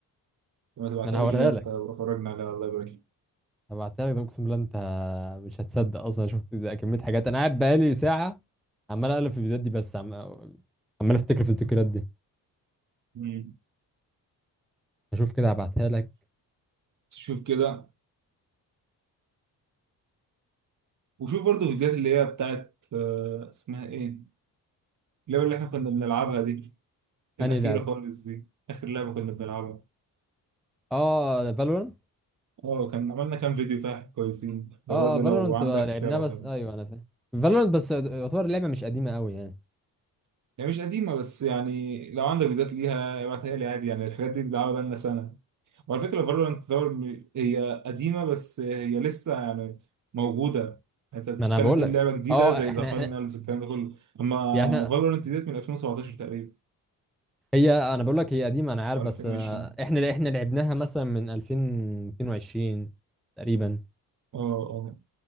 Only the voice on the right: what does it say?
لما تبعتها
لي كده يا اسطى
أبقى اتفرجنا عليها الله يبارك لك
مم.
شوف كده وشوف برضه فيديوهات اللي هي بتاعت آه، اسمها ايه اللعبة اللي احنا كنا بنلعبها دي
الأخيرة
خالص دي آخر لعبة كنا بنلعبها
اه كان عملنا كام فيديو فيها كويسين ده
برضه
لو عندك
ابعتها
لي
هي مش قديمة بس يعني لو عندك فيديوهات ليها ابعتها لي عادي يعني الحاجات دي بنلعبها بقالنا سنة وعلى فكرة فالورانت دور هي قديمة بس هي لسه يعني موجودة انت بتتكلم
تقول
لعبة جديدة
زي
ذا فاينلز
الكلام ده كله اما
فالورانت ديت من 2017 تقريبا
او
2020
اه اه